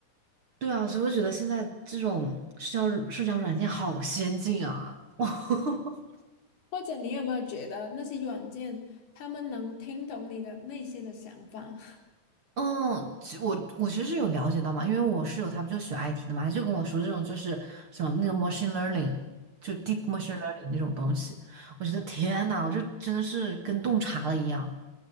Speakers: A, on the right; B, on the left.
A: 对啊，所以我觉得现在这种社交社交软件好先进啊！<laughs>
B: 或者你有没有觉得那些软件，他们能听懂你的内心的想法？<laughs>
A: 嗯，其我我其实是有了解到嘛，因为我室友他不就学 IT 的嘛，他就跟我说这种就是什么那个 machine learning，就 deep machine learning 那种东西，我觉得天呐，我这真的是跟洞察了一样。